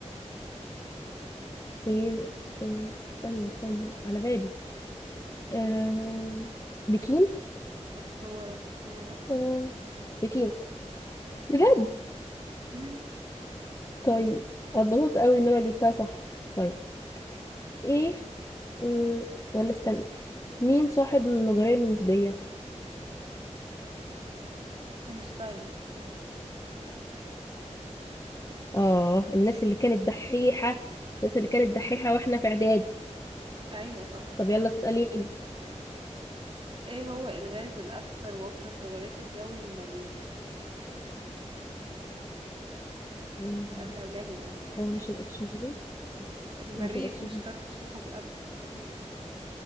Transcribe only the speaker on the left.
سين سين استني استني على بالي آم، بكين
آم، بكين بجد
طيب اتبسطت قوي ان انا جبتها صح طيب ايه مم، ولا استني مين صاحب النظرية النسبية
اه الناس اللي كانت دحيحة الناس اللي كانت دحيحة واحنا في اعدادي
طب يلا اسأليني
مم،
هو مش الاكسجين
مش الاكسجين